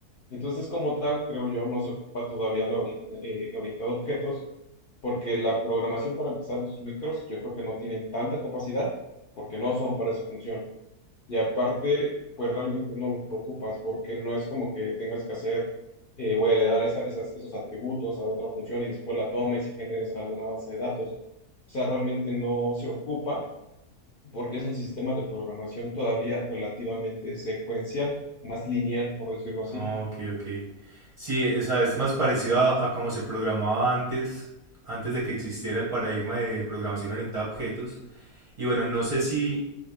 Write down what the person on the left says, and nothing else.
Entonces, como tal, creo yo, no se ocupa todavía la ori- eh, orientado a objetos, porque la programación para empezar de esos micros, yo creo que no tienen tanta capacidad porque no son para esa función. Y aparte, pues realmente no lo ocupas porque no es como que tengas que hacer eh, o heredar esa- esas- esos atributos a otra función y después la tomes y generes alguna base de datos. O sea, realmente no se ocupa porque es un sistema de programación todavía relativamente secuencial, más lineal, por decirlo así.